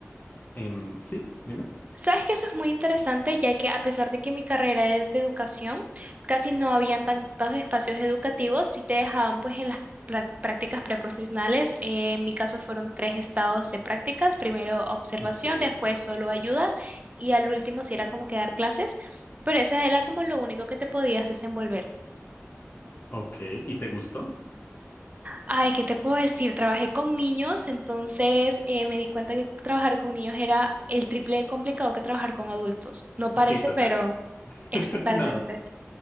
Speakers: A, on the left; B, on the right.
A: Em, sí, dime.
B: Sabes que eso es muy interesante, ya que a pesar de que mi carrera es de educación, casi no habían tantos espacios educativos, si te dejaban pues en las prá- prácticas preprofesionales. eh, en mi caso fueron tres estados de prácticas, primero observación,
A: Ok.
B: después solo ayuda y al último sí era como que dar clases, pero eso era como lo único que te podías desenvolver.
A: Ok, ¿y te gustó?
B: Ay, ¿qué te puedo decir? Trabajé con niños, entonces eh, me di cuenta que trabajar con niños era el triple de complicado que trabajar con adultos. No parece,
A: Sí, total.
B: pero... Es
A: <laughs>
B: totalmente.
A: No,